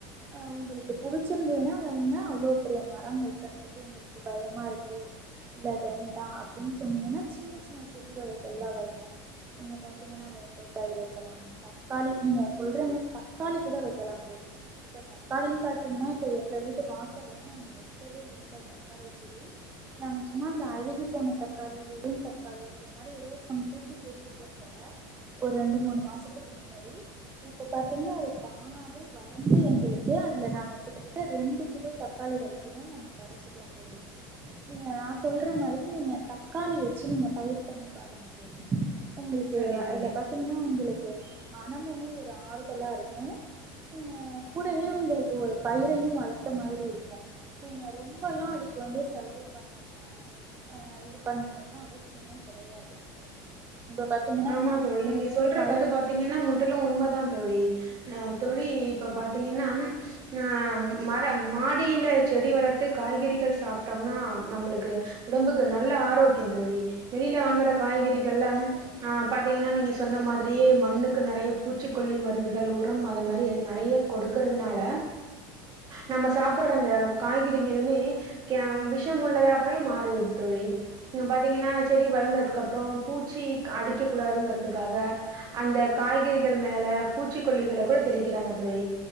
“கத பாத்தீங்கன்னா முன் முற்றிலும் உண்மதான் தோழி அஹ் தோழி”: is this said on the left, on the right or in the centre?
Right